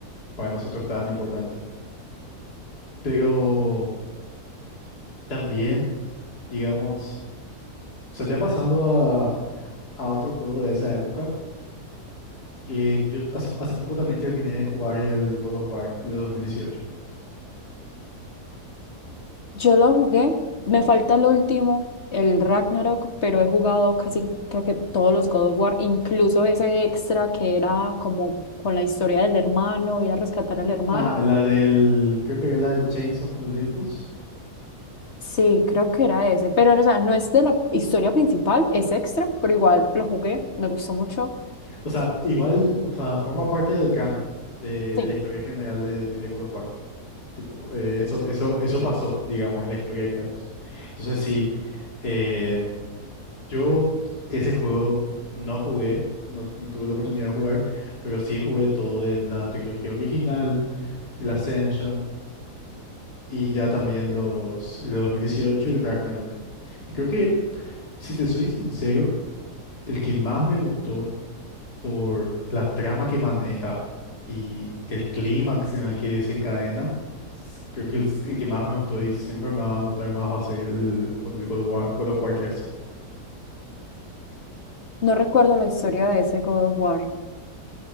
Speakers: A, on the left (about 75°); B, on the left (about 45°).
A: para nosotros tan importante. Pero también, digamos, o sea, ya pasando a, a otro juego de esa época. Eh, yo hace, hace poco también terminé de jugar el God of War, el de 2018.
B: Yo lo jugué, me falta el último, el Ragnarok, pero he jugado casi, creo que todos los God of War, incluso ese extra que era como con la historia del hermano, ir a rescatar al hermano.
A: Ah, la del, creo que era la del Chains of Olympus.
B: Sí, creo que era ese, pero o sea, no es de la historia principal, es extra, pero igual lo jugué, me gustó mucho.
A: O sea, igual, o sea, forma parte del canon de,
B: Sí,
A: de la historia general de, de God of War. Tipo, eh, eso, eso, eso pasó, digamos, en la historia de Kratos. Entonces sí, eh, yo ese juego no jugué, no, no tuve la oportunidad de jugar, pero sí jugué todo de la trilogía original, el Ascension. y ya también los el de 2018 y el Ragnarok. Y creo que, si te soy sincero, el que más me gustó por la trama que maneja y el clímax en el que se encadena, s- creo que el, el que más me gustó y siempre me va a gustar más va a ser el, el God of War, God of War tres
B: no recuerdo la historia de ese God of War.